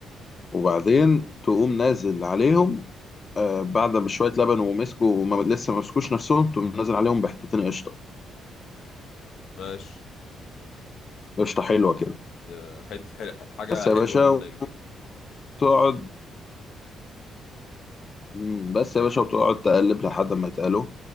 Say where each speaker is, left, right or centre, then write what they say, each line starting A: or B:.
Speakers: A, on the left (about 35°); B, on the left (about 70°).
A: وبعدين تقوم نازل عليهم آه، بعد بشوية لبن ومسكوا وما لسه ما مسكوش نفسهم تقوم نازل عليهم بحتتين قشطة
B: ماشي
A: قشطة حلوة كده
B: آه، حت حل حاجة
A: بس يا
B: حلوة
A: باشا
B: منك دي
A: وتقعد مم، بس يا باشا وتقعد تقلب لحد ما يتقلوا